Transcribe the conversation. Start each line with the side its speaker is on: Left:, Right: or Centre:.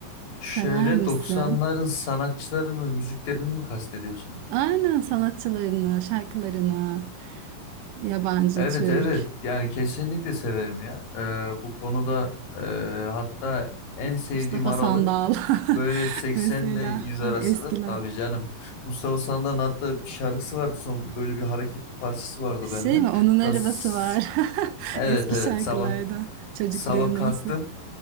Left: Şöyle
Right: sever misin?
Left: 90'ların sanatçılarını mı müziklerini mi kastediyorsunuz?
Right: Aynen sanatçılarını, şarkılarını, yabancı,
Left: Evet
Right: Türk,
Left: evet yani kesinlikle severim ya. Ee, bu konuda e, hatta en sevdiğim
Right: Mustafa
Left: aralık
Right: Sandal <laughs>
Left: böyle 80
Right: mesela
Left: ile 100 arasıdır.
Right: e, eskiler.
Left: Tabii canım. Mustafa Sandal'ın hatta bir şarkısı vardı son böyle bir hareketli parçası vardı
Right: Şey
Left: bende.
Right: mi? Onun arabası
Left: Das
Right: var. <laughs>
Left: evet
Right: Eski
Left: evet
Right: şarkılardan.
Left: sabah
Right: Çocukların
Left: sabah kalktım.
Right: neyse.